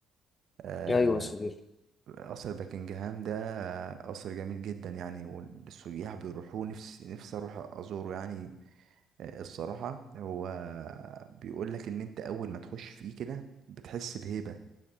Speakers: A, on the right; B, on the left.
A: آه،
B: ايوه يا صديقي
A: قصر باكنجهام ده آه، قصر جميل جدا يعني والسياح بيروحوه نفسي نفسي اروح ازوره يعني آه، الصراحة هو بيقول لك ان انت اول ما تخش فيه كده بتحس بهيبة